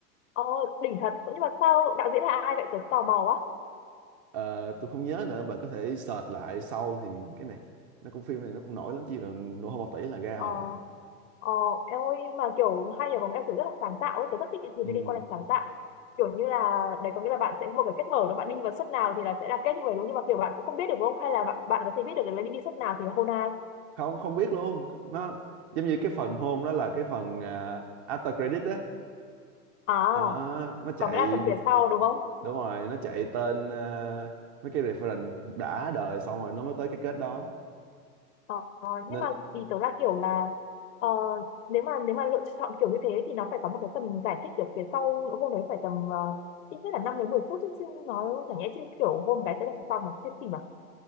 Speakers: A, on the left; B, on the right.
A: ờ, đỉnh thật nhưng mà sao đạo diễn là ai vậy tớ tò mò quá
B: Ờ, tôi không nhớ nữa bạn có thể search lại sau thì cái này nó cũng phim này nó cũng nổi lắm chỉ là nổ hơn một tỷ là ra
A: ờ
B: rồi
A: ờ em ơi nhưng mà kiểu hay nhờ có nghĩa là kiểu rất là sáng tạo ấy tớ rất thích những thứ
B: ừ.
A: liên quan đến sáng tạo kiểu như là đấy có nghĩa là bạn sẽ một cái kết mở đó bạn đi vào suất nào thì là sẽ là kết như vậy đúng nhưng mà kiểu bạn cũng không biết được đúng không hay là bạn, bạn có thể biết được là đi đi suất nào thì hôn ai
B: không không biết luôn nó giống như cái phần hôn đó là cái phần à, after credit á
A: à
B: Đó, nó chạy
A: có nghĩa là phần phía sau đúng không
B: đúng rồi nó chạy tên ờ, mấy cái reference đã đời xong rồi nó mới tới cái kết đó
A: Ờ, nhưng
B: nên
A: mà ý tớ là kiểu là ờ, nếu mà nếu mà lựa chọn kiểu như thế thì nó phải có một cái tầm giải thích ở phía sau hôm đấy phải tầm ờ, ít nhất là 5 đến 10 phút chứ chứ nó chẳng nhẽ chứ kiểu hôm cái sẽ là xong mà hay gì mà